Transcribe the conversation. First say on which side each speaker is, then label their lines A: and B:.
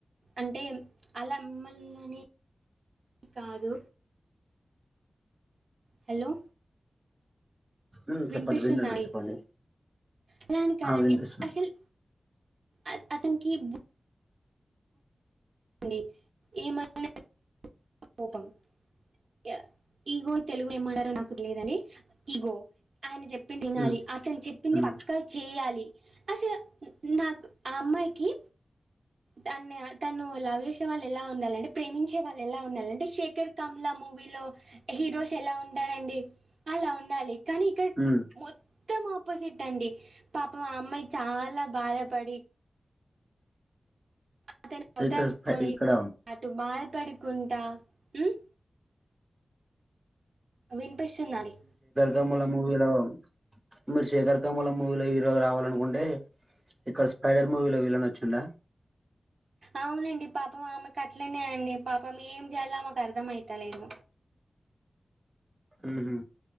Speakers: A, on the right (about 70°); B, on the right (about 25°).
A: అంటే అలా మమ్మల్ని అని కాదు హలో
B: ఉమ్
A: వినిపిస్తున్నాయి
B: చెప్పండి వింటున్నా చెప్పండి
A: అలాని కాదండి
B: ఆ వినిపిస్తుంది
A: అసలు అత అతన్నికి బు డి ఈ మధ్యనే కోపమ్ ఏ ఈగో తెలుగు ఏమడారో నాకు లేదని ఇగో ఆయన చెప్పింది వినాలి
B: ఉమ్
A: అతను చెప్పింది
B: ఉమ్
A: పక్కా చేయాలి అసలు నాకు ఆ అమ్మాయికి తన్ తను లవ్ చేసే వాళ్ళు ఎలా ఉండాలంటే ప్రేమించే వాళ్ళు ఎలా ఉండాల అంటే శేఖర్ కమలా మూవీలో హీరోస్ ఎలా ఉంటారండి అలా ఉండాలి కానీ ఇక్కడ
B: ఉమ్
A: మొ మొత్తం ఆపోజిట్ అండి పాపమ్ ఆ అమ్మాయి చాలా బాధపడి అతను వద్దు
B: ఇక్కడ
A: అను
B: స్పై
A: కోని
B: ఇక్కడ
A: అటు బాద్పడి కుంటా ఉహ్ వినిపిస్తుదండి
B: కమల మూవీలో మరి శేఖర్ కమల మూవీలో హీరో రావాలనుకుంటే ఇక్కడ స్పైడర్ మూవీలో విలన్ వచ్చిండ
A: అవునండి. పాపం ఆమెకు అట్లనే అండి. పాపం ఏం చేయాలో ఆమెకు అర్థం అయిత లేదు.
B: ఉహు